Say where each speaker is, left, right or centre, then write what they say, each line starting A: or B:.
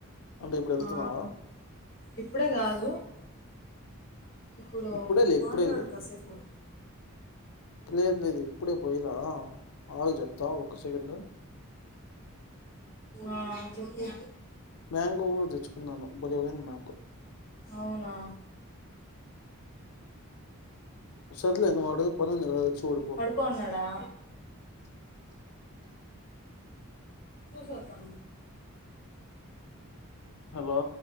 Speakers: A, on the left (about 85°); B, on the left (about 40°).
A: అంటే ఇప్పుడు వెళ్తున్నావా
B: ఆ, ఇప్పుడే కాదు ఇప్పుడు
A: ఇప్పుడేలే, ఇప్పుడేలే.
B: మాట్లాడు కాసేపు
A: లేదు లేదు ఇప్పుడే పోయిరా ఆగు చెప్తా ఒక సెకండ్
B: ఆ, చెప్పు
A: మ్యాంగో కూడా తెచ్చుకున్నాను ఉదయవమంది మ్యాంగో
B: అవునా
A: సర్లే నువ్వు ఆడేదో పనుంది గదా చూడు పో.
B: పడుకోన్నాడా తూ సోద్దా
A: హలో